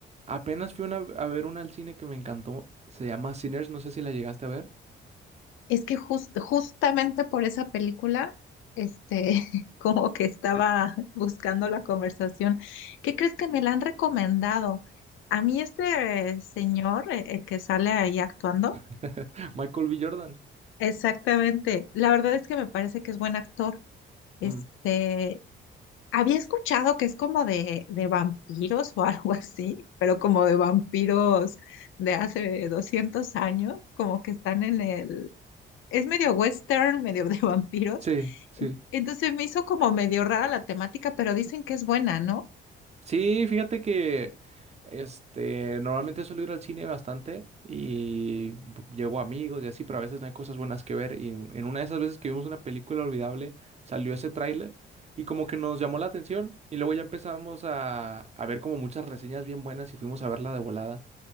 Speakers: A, on the right (about 35°); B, on the left (about 80°).
A: apenas fui una- a ver una al cine que me encantó. Se llama Sinners, no sé si la llegaste a ver.
B: Es que jus- justamente por esa película, este, <laughs> como que estaba buscando la conversación. ¿Qué crees que me la han recomendado? A mí este eh, señor, eh, el que sale ahí actuando,
A: <laughs> Michael B. Jordan.
B: exactamente. La verdad es que me parece que es buen actor. Este,
A: Mm,
B: Había escuchado que es como de, de vampiros o <laughs> algo así, pero como de vampiros de hace 200 años, como que están en el... Es medio western, medio de <laughs> vampiros.
A: sí, sí.
B: En- Entonces me hizo como medio rara la temática, pero dicen que es buena, ¿no?
A: Sí, fíjate que este normalmente suelo ir al cine bastante y b- llevo amigos y así, pero a veces no hay cosas buenas que ver. Y en en una de esas veces que vimos una película olvidable, salió ese tráiler y como que nos llamó la atención. Y luego ya empezamos a, a ver como muchas reseñas bien buenas y fuimos a verla de volada.